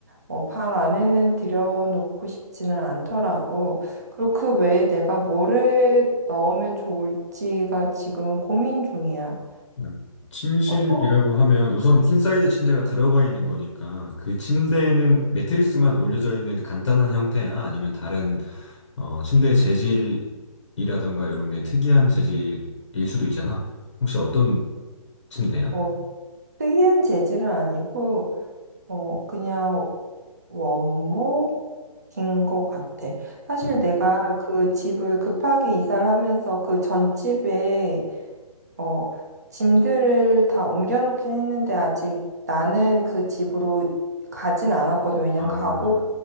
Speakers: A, on the right; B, on the left.
A: 어, 방 안에는 들여놓고 싶지는 않더라고. 그리고 그 외에 내가 뭐를 넣으면 좋을지가 지금 고민 중이야.
B: 음. 침실이라고
A: 어떤,
B: 하면 우선 퀸사이드 침대가 들어가 있는 거니까 그 침대에는 매트리스만 올려져 있는 간단한 형태야? 아니면 다른 어, 침대의 재질이라던가 이런 게 특이한 재질일 수도 있잖아. 혹시 어떤 침대야?
A: 어, 특이한 재질은 아니고, 어, 그냥 원목인 것 같아. 사실
B: 음.
A: 내가 그 집을 급하게 이사를 하면서 그 전집에, 어, 짐들을 다 옮겨놓긴 했는데 아직 나는 그 집으로 가진 않았거든. 왜냐면
B: 아,
A: 가고